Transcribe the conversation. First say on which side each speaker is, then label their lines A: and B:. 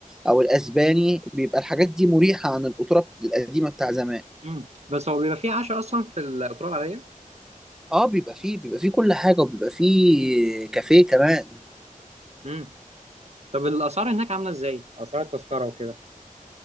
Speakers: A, in the centre; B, on the right.
A: او الاسباني بيبقى الحاجات دي مريحه عن القطوره القديمه بتاع زمان
B: مم. بس هو بيبقى فيه عشاء اصلا في القطورة العادية؟
A: اه بيبقى فيه بيبقى فيه كل حاجه وبيبقى فيه كافيه كمان
B: مم. طب الاسعار هناك عامله ازاي اسعار التذكره وكده